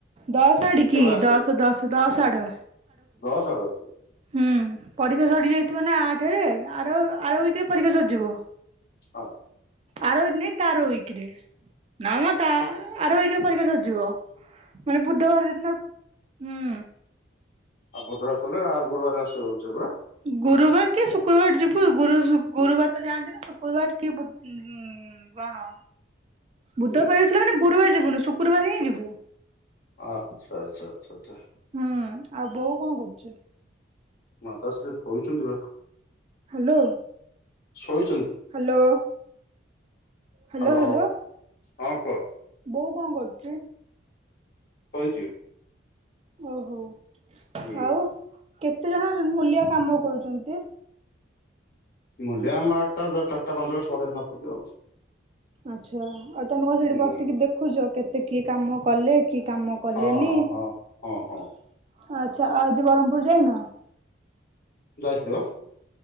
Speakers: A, on the right; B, on the left.
A: ଦଶ ସାଡି
B: କେବେ
A: କି
B: ଆସିବ
A: ଦଶ ଦଶ ଦଶ ସାଡ
B: ଦଶ ଆଡ଼କୁ ଆସିବେ।
A: ହୁଁ ପରୀକ୍ଷା ସରି ଯାଇଥିବ ନା ଆଠରେ ଆର ଆର ୱିକ ରେ ପରୀକ୍ଷା ସରିଯିବ।
B: ହଁ।
A: ଆରକ ନ ତାରକରେ ନା ତ ଆରକରେ ପରୀକ୍ଷା ସରିଯିବ। ମାନେ ବୁଧବାର ଦିନ ହୁଁ।
B: ଆଉ ଭଦ୍ରକ ସଲେ ଆଉ ଗୁରୁବାର ଆସିବ <unintelligible>
A: ଗୁରୁବାର କି ଶୁକ୍ରବାର ଯିବୁ ଗୁରୁ ଗୁରୁବାର ତ ଯାଆନ୍ତି ନି ଶୁକ୍ରବାର କି ବୁ ହୁଁ କଣ ବୁଧବାର
B: ହୁଁ
A: ଆସିଲେ ମାନେ ଗୁରୁବାର ଯିବୁନି ଶୁକ୍ରବାର ହିଁ ଯିବୁ।
B: ଆଚ୍ଛା ଆଚ୍ଛା ଆଚ୍ଛା ଆଚ୍ଛା।
A: ହୁଁ ଆଉ ବୋଉ କଣ କରୁଚି?
B: ମାତା ଶ୍ରୀ ଥୋଇଛନ୍ତି ପା।
A: ହାଲୋ।
B: ଶୋଇ
A: ହାଲୋ ହାଲୋ
B: ହ୍ୟାଲୋ
A: ହାଲୋ।
B: ହଁ କୁହ।
A: ବୋଉ କଣ କରୁଚି?
B: ଶୋଇଛି?
A: ଓହୋ।
B: ହୁଁ।
A: ଆଉ କେତେ ଜଣ ମୂଲିଆ କାମ କରୁଛନ୍ତି?
B: ମୂଲିଆ ଆମ ଆଡେ ତ ଆଠଟା ଚାରିଟା ପାଞ୍ଚଟା ଆଉ
A: ଆଚ୍ଛା ଆଉ ତମେ କଣ ସେଠି
B: ହୁଁ
A: ବସିକି ଦେଖୁଛ କେତେ କିଏ କାମ କଲେ କି କାମ କଲେନି
B: ହଁ ହଁ
A: ଆଚ୍ଛା
B: ହଁ ହଁ ହଁ
A: ଆଉ ଆଜି ବ୍ରମପୁର ଯାଇନ?
B: ଯାଇଥିଲେ ପା?